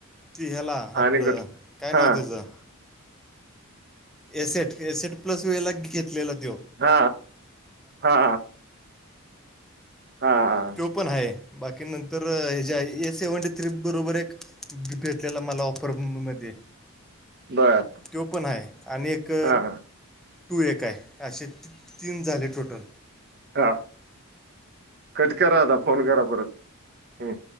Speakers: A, in the centre; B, on the right (about 45°).
A: ती ह्याला
B: आणि
A: आपलं
B: कुठ
A: काय
B: हा
A: नाव तेज्या एसेट एसेट प्लस वेला घेतलेला त्यो
B: हा हा हा.
A: त्यो पण हाय. बाकी नंतर हे जे ए सेवनटी थ्री बरोबर एक भेटलेला मला ऑफरमध्ये.
B: बर
A: त्यो पण आहे आणि एक
B: हा
A: तू एक आहे असे ती-ती-तीन झाले टोटल.
B: हां, कट करा आता फोन करा परत हम्म.